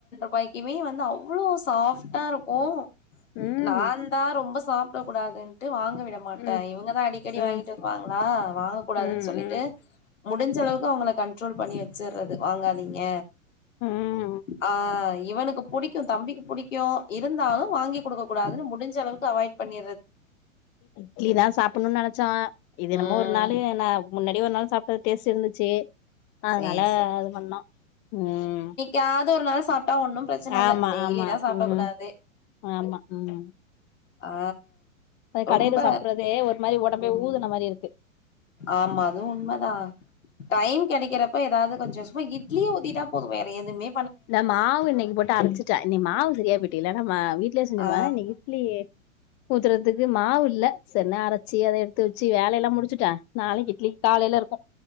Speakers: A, on the left (about 65°); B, on the left (about 25°).
A: வாய்க்குமே வந்து அவ்வளோ சாஃப்டா இருக்கு
B: ம்
A: நாந் தா ரொம்ப சாப்ட இதுன்ட்டு வாங்க விட மாட்ட
B: ம்
A: இவங்கதா அடிக்கடி
B: ம்
A: வாங்கிட்டு வருவாங்களா வாங்க கூடாதுன்னு
B: ம் ம்
A: சொல்லிட்டு முடிஞ்ச அளவுக்கு அவங்கள கண்ட்ரோல் பண்ணி வச்சர்றது வாங்காதீங்க
B: ம்
A: ஆ இவனுக்கு புடிக் க்கு தம்பிக்கு புடிக்கு இருந்தாலு வாங்கி குடுக்க கூடாதுன் முடிஞ்ச அளவுக்கு அவாய்ட் பண்ணி
B: இட்லிதா சாப்பட்ணுனு நெனைச்சோ இது என்னமோ
A: ம்
B: முன்னாலு நா முன்னாடி ஒரு நாள் சாப்ட்ட டேஸ்ட் இருந்துச்சு அதனால
A: சேரி
B: அது பண்ணோ ம்
A: யாதொரு நாள் சாப்ட்டா ஒன்னு பிரச்சன
B: ஆமா
A: இல்ல டெய்லி
B: ஆமா
A: தா சாப்ட
B: ம்
A: கூடாது
B: ஆமா ம்
A: ஆ
B: பாதி கடைல
A: ரொம்ப
B: சாப்ட்றதே ஒரு மாரி ஒடம்பே
A: ம்
B: ஊதுன மாரி இருக்கு
A: ஆமா அதுவு உண்மதா டைம் கெடைக்கிறப்ப ஏதாவ்து கொஞ்சொ சும்மா இட்லியே ஊத்திட்டா போது வேற எதுமே
B: இந்த மாவு இன்னக்கி போட்டு அரச்சிரு ச்ச இன்னக் மாவு சரியா போயிட்டு இல்லெனா மா வீட்டிலே செஞ்சிருவவே
A: ஆ
B: இன்னக் இட்லி ஊத்துறதுக்கு மாவு இல்ல செரின்னு அரச்சி அத எடுத்து வச்சு வேலை எல்லா முடிச்சுட்டே நாளக்கி இட்லிக் காலைல இருக்கு